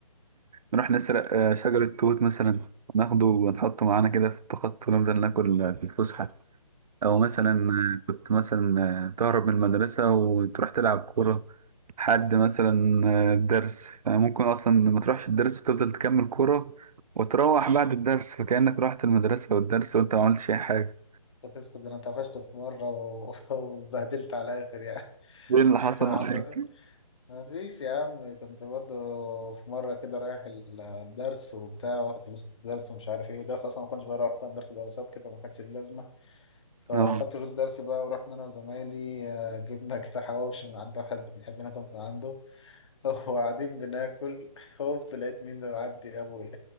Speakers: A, on the right (about 75°); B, on the left (about 50°).
A: نروح نسرق آه، شجره توت مثلا ناخده ونحطه معانا كده في التخط ونفضل ناكل آه، في الفسحه او مثلا كنت مثلا تهرب من المدرسة وتروح تلعب كورة حد مثلا الدرس ممكن اصلا ما تروحش الدرس وتفضل تكمل كورة وتروح بعد الدرس فكأنك رحت المدرسة والدرس وانت ما عملتش اي حاجة
B: كنت اسكت ده انا طفشت في مرة و- <laughs> واتبهدلت على الاخر يعني
A: ايه اللي
B: <laughs>
A: حصل معاك؟
B: حصل ما فيش يا عم كنت برضه في مرة كده رايح الدرس وبتاع واخد فلوس الدرس ومش عارف ايه الدرس أصلا ما كنتش بروح كان درس دراسات كده ما كانش ليه لازمة فاخدت
A: اه
B: فلوس درسي بقى ورحنا أنا وزمايلي آه، جبنا كده حواوشي من عند واحد بنحب ناكل من عنده <laughs> وقاعدين بناكل هوب لقيت مين اللي معدي أبويا